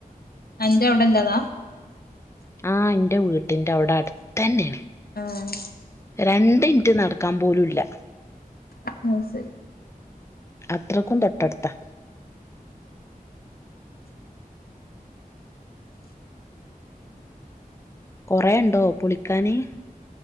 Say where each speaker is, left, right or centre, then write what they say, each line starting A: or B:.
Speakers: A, on the left; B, on the left.
A: അന്റൗടെല്ലതാ
B: ആഹ് ഇന്റ വീട്ടിന്റെ ഔടെ അട്ത്തെ ന്നേണ്
A: ആഹ്
B: രണ്ടിൻറ്റ് നടക്കാ പോലുല്ല
A: ഉം സരി
B: അത്രയ്ക്കും തൊട്ടട്ത്ത കൊറേഉണ്ടോ പുളിക്കാന്